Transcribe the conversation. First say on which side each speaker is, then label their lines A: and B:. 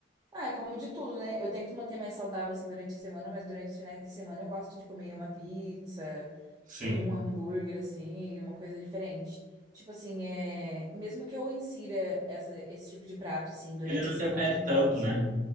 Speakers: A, on the right (about 20°); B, on the right (about 45°).
A: Ah, eu como de tudo, né? Eu tento manter mais saudável, assim, durante a semana, mas durante os finais de semana eu gosto de comer uma pizza,
B: sim.
A: um hambúrguer assim, uma coisa diferente. Tipo assim, é, mesmo que eu insira essa- esse tipo de prato assim durante
B: Ele não
A: a
B: interfere
A: semana e
B: tanto,
A: tal,
B: né?